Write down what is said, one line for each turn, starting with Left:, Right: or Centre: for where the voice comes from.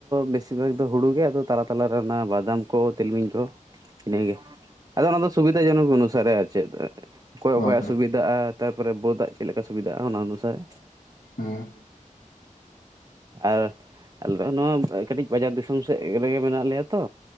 Right: ᱵᱮᱥᱤᱨ ᱵᱷᱟᱜᱽ ᱫᱚ ᱦᱩᱲᱩ ᱜᱮ ᱟᱫᱚ ᱛᱟᱞᱟ ᱛᱞᱟᱟᱨᱮ ᱚᱱᱟ ᱵᱟᱫᱟᱢ ᱠᱚ ᱛᱤᱞᱢᱤᱧ ᱠᱚ ᱤᱱᱟᱹᱜᱮ᱾ ᱟᱫᱚ ᱚᱱᱟ ᱫᱚ ᱥᱩᱵᱤᱫᱟ ᱡᱚᱱᱚᱠ ᱚᱱᱩᱥᱟᱨᱮ ᱟᱨ ᱪᱮᱫ ᱚᱠᱚᱭ
Left: ᱦᱳᱭ
Right: ᱚᱠᱚᱭᱟᱜ
Left: ᱦᱳᱭ
Right: ᱥᱩᱵᱤ ᱫᱟᱜᱼᱟ ᱛᱟᱨᱯᱚᱨᱮ ᱵᱟᱹᱫᱟᱜ ᱪᱮᱫ ᱞᱮᱠᱟ ᱥᱩᱵᱤᱫᱟᱜ-ᱟ ᱚᱱᱟ ᱚᱱᱩᱥᱟᱨᱮ
Left: ᱦᱮᱸ
Right: ᱟᱨ ᱟᱞᱮ ᱫᱚ ᱱᱚᱣᱟ ᱠᱟᱹᱴᱤᱡ ᱵᱟᱡᱟᱨ ᱫᱤᱥᱚᱢ ᱥᱮᱫ ᱨᱮᱜᱮ ᱢᱮᱱᱟᱜ ᱞᱮᱭᱟ ᱛᱚ᱾